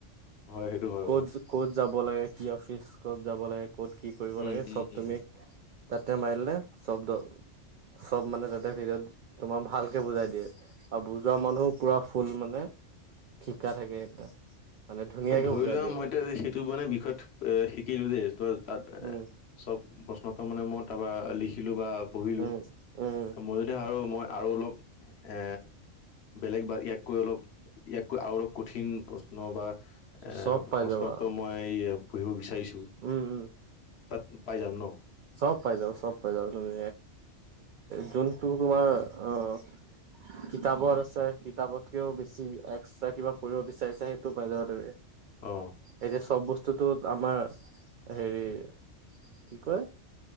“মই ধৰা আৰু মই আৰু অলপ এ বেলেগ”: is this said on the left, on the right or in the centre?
Left